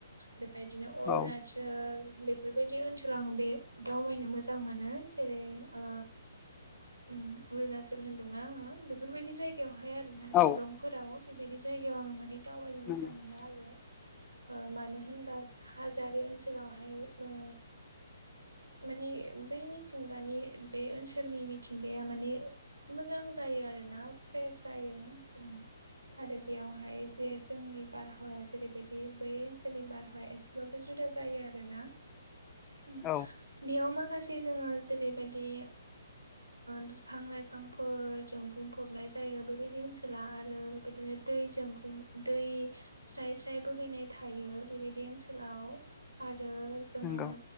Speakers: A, on the right; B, on the left.
A: बेफदिनो अरुणाचल
B: औ
A: बेफोरबायदि ओनसोलाव आं बे दावबायनो मोजां मोनो जेरै ओ उम अरुणाचल होन्दोंना आङो बेफोरबायदि जायगायावहाय आर ना
B: औ
A: शिलंफोराव बेबायदि जायगायाव आङो माने दावबायनो
B: नंगौ
A: मोजां मोनो आरो मानो होनबा हाजारि ओनसोलावहाय ओ मानि बै मिथिंगानि बे ओनसोलनि मिथिंगाया मानि मोजां जायो आरोना फ्रेश जायो उम आरो बेयावहाय जे जोंनि बारहावाया जेरैबायदि बे बै ओनसोलनि बारहावाया एसेबाबो जुदा जायो आरोना उम
B: औ
A: बेयाव माखासे जोङो जेरैबायदि बिफां लाइफांफोरजों बुंफबनाय जायो बेबायदि ओनसोला आरो बेबायदिनो दैजों बुं दै स्राय फिथाइ बोहैनाय थायो बेबायदि ओनसोलाव आरो जोङो।
B: नंगौ